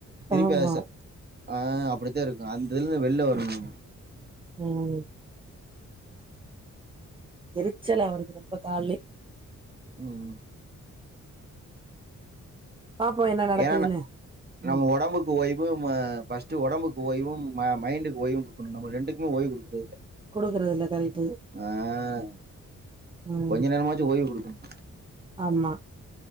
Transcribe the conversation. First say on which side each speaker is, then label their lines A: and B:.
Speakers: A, on the right; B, on the right.
A: திருப்பி
B: ஆமா
A: அது ச ஆ அப்படித்தா இருக்கு அந்த இதுலந்து வெளிவ வரணு நீ
B: ம் எரிச்சலா வருது ரொம்ப காலலே
A: ம்
B: பாப்போ என்ன நடக்குதுன்னு
A: ஏனா ந நம்ம
B: ம்
A: ஒடம்புக்கு ஓய் போ ம பர்ஸ்ட் ஒடம்புக்கு ஓய்வும் ம மைண்டுக்கு ஓய்வு கொடுக்குனு நம்ம ரெண்டுக்குமே ஓய்வு கொடுக்குறதுல
B: குடுக்குறது இல்ல கரெக்ட்டு
A: ஆஹ்
B: ம்
A: கொஞ்ச நேரமாச்சு ஓய்வு குடுக்னு
B: ஆமா